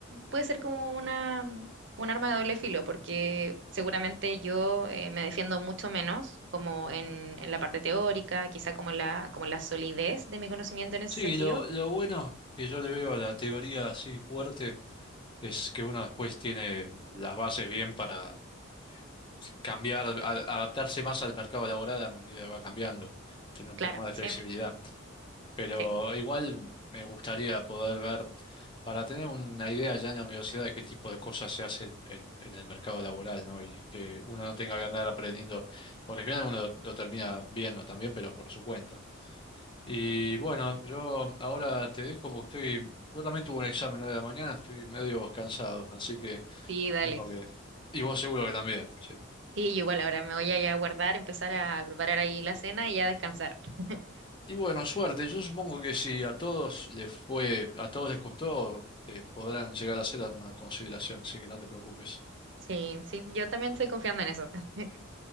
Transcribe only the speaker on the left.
Sí,
lo, lo bueno que yo le veo a la teoría así fuerte es que uno después tiene las bases bien para eh, cambiar, a- adaptarse más al mercado laboral a medida que va cambiando, tener un
poco más de
flexibilidad. pero
igual me gustaría poder ver, para tener una idea ya en la universidad de qué tipo de cosas se hacen en, en el mercado laboral, ¿no? Y que uno no tenga que andar aprendiendo, porque al final uno lo, lo termina viendo también, pero por su cuenta. Y bueno, yo ahora te dejo porque estoy, yo también tuve un examen hoy de la mañana, estoy medio cansado, así que
tengo que... Y vos seguro que también. sí.
Y bueno, suerte. Yo supongo que si a todos les fue, a todos les costó, eh, podrán llegar a ser una consideración, así que no te preocupes.